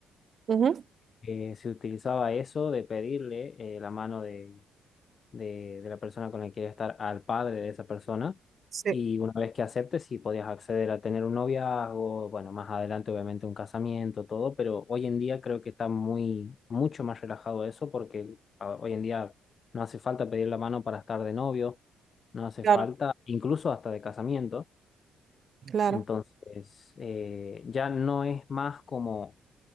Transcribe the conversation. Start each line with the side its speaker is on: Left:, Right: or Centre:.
Right: Ujú.
Left: eh, se utilizaba eso de pedirle eh, la mano de, de la persona con la que quieres estar al padre de esa persona.
Right: Sí,
Left: Y una vez que aceptes, sí podías acceder a tener un noviazgo, bueno, más adelante obviamente un casamiento, todo, pero hoy en día creo que está muy, mucho más relajado eso porque a- hoy en día no hace falta pedir la mano para estar de novio, no hace
Right: claro,
Left: falta, incluso hasta de casamiento.
Right: claro.
Left: Entonces, eh, ya no es más como